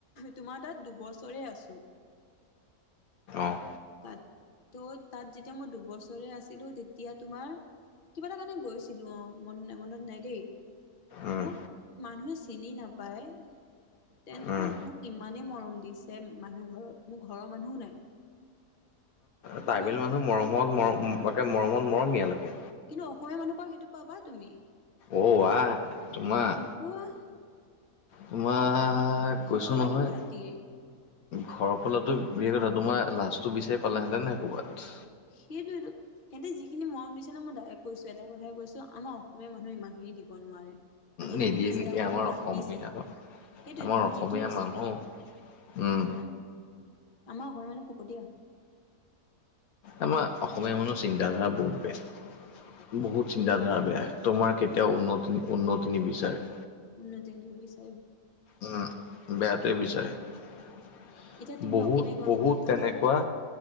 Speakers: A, on the left (about 40°); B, on the left (about 70°).
A: তোমাৰ তাত দুবছৰে আছোঁ।
B: অঁ
A: তাত তো, তাত যেতিয়া মই দুবছৰে আছিলো তেতিয়া তোমাৰ কিবা এটা কাৰণে গৈছিলোঁ। অ, মন-মনত নাই দেই।
B: উম
A: মোক মানুহে, চিনি নাপায়। তেন্তে, তোমাক
B: উম
A: মোক ইমানেই মৰম দিছে মানুহ ঘৰত, মোৰ ঘৰৰ মানুহো নাই। মোক
B: ট্ৰাইবেল
A: কিবা
B: মানুহ মৰমত, মৰম এই, মৰমত মৰম একে মৰমিয়াল একে।
A: কিন্তু অসমীয়া মানুহৰ পা, সেইটো পাবা তুমি?
B: ও, আ, তোমাক
A: <inaudible>
B: তোমাক,
A: ঘৰৰ
B: কৈছোঁ
A: পৰা ওলাই
B: নহয়।
A: দিব ৰাতিয়ে
B: ঘৰৰ ফালো বি, কথা তোমাৰ লাচটো বিচাৰি পালেহেঁতেন, নে নাই ক'ৰবাত।
A: সেইটোইটো। সিহঁতে যিখিনি মৰম দিছে ন, মই ডাইৰেক্ট কৈছো এটা কথাই কৈছো, আমাৰ অসমীয়া মানুহে ইমানখিনি দিব নোৱাৰে। আৰু যিখিনি
B: নিদিয়ে
A: বিশ্বাসত
B: নিদিয়ে আমাৰ
A: মোক ৰাখিছে,
B: অসমীয়া
A: সেইটো
B: আমাৰ
A: মোক
B: অসমীয়া
A: যিটো বিশ্বাসত
B: মানুহ
A: ৰাখি
B: উম
A: নোৱাৰ, আমাৰ অসমীয়া মানুহ ফকতিয়া।
B: আমাৰ অসমীয়া মানুহৰ চিন্তাধাৰা বহুত বেয়া, বহুত চিন্তাধাৰা
A: সেইটোৱে
B: বেয়া। তোমাৰ কেতিয়াও উন্নতি, উন্নতি নিবিচাৰে।
A: উন্নতি নিবিচা
B: উম, বেয়াটোৱে বিচাৰে।
A: এতিয়া তুমি
B: বহুত,
A: অসমীয়া ঘৰখনত
B: বহুত
A: থাকাগৈ
B: তেনেকুৱা,